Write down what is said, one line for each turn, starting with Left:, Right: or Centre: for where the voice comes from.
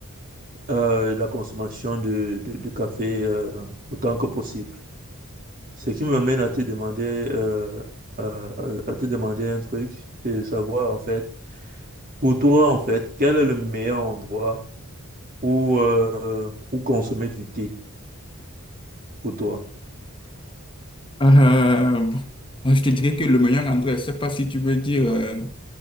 Right: euh, la consommation de, de, de café euh, autant que possible. Ce qui me mène à te demander, euh, à, à- à te demander un truc, c'est savoir en fait. Pour toi, en fait, quel est le meilleur endroit où, euh, où consommer du thé pour toi?
Left: Euh, bon, moi, je te dirais que le meilleur endroit, je ne sais pas si tu veux dire euh,